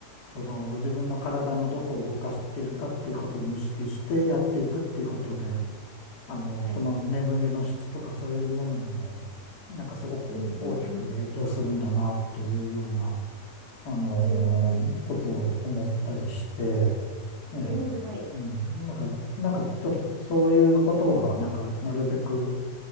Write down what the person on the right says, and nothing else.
はい。
うん、うん、うん。
うん、う
ん、うんはい。
うん、